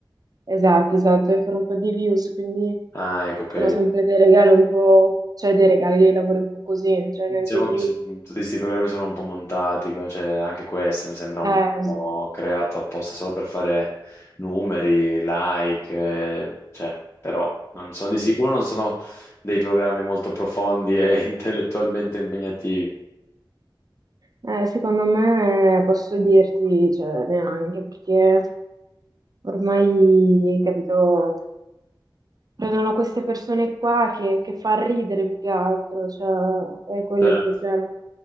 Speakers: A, on the right; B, on the left.
A: Esatto, esatto, e fare un po' di views, quindi
B: Ah, ecco, ok.
A: sono sempre dei regali un po', cioè dei regali, dei lavori un po' così, cioè niente
B: Diciamo
A: di...
B: che son- tutti questi programmi sono un po' montati, co- cioè anche questo mi sembra
A: eh,
B: un po' creato apposta solo per fare numeri, like, eh, cioè, però non sono di
A: mm.
B: sicuro non sono dei programmi molto profondi e <laughs> intellettualmente impegnativi.
A: Eh, secondo me posso dirti, cioè, neanche perché ormai, capito, Prendono queste persone qua che, che fa ridere più che altro, cioè è quello
B: Certo,
A: il problema.